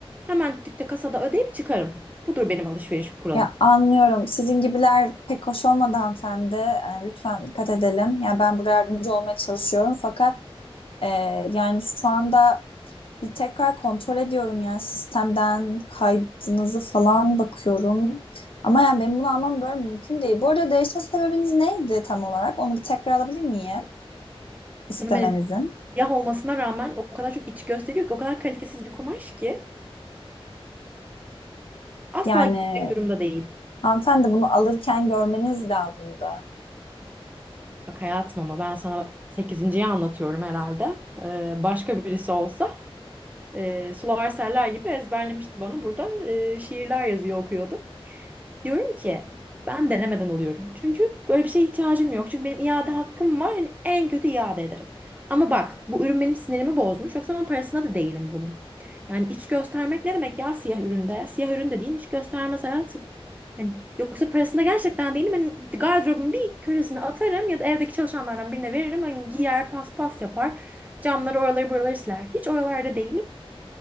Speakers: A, on the right (about 15°); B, on the left (about 60°).
A: Hemen dükkte kasada ödeyip çıkarım. Budur benim alışveriş kuralım.
B: Ya anlıyorum. Sizin gibiler pek hoş olmadı hanımefendi. Ee, lütfen dikkat edelim. Ya ben burada yardımcı olmaya çalışıyorum. Fakat e, yani şu anda bir tekrar kontrol ediyorum yani sistemden kaydınızı falan bakıyorum. Ama yani benim bunu almam böyle mümkün değil. Bu arada değişme sebebiniz neydi tam olarak? Onu bir tekrar alabilir miyim istemenizin?
A: Canım benim siyah olmasına rağmen o kadar çok iç gösteriyor ki o kadar kalitesiz bir kumaş ki. Asla
B: Yani
A: gitmek durumda değil.
B: hanımefendi bunu alırken görmeniz lazımdı.
A: Bak hayatım ama ben sana 8.yi anlatıyorum herhalde. Ee, başka birisi olsa e, sular seller gibi ezberlemişti bana. Burada e, şiirler yazıyor okuyordu. Diyorum ki ben denemeden alıyorum. Çünkü böyle bir şeye ihtiyacım yok. Çünkü benim iade hakkım var. Hani en kötü iade ederim. Ama bak bu ürün benim sinirimi bozmuş. Yoksa ben parasına da değilim bunun. Yani iç göstermek ne demek ya siyah üründe? Siyah üründe değil iç göstermez hayatım. Hani yoksa parasında gerçekten değilim. Hani gardırobun bir köşesine atarım ya da evdeki çalışanlardan birine veririm. Hani giyer paspas yapar. Camları oraları buraları siler. Hiç oralarda değilim.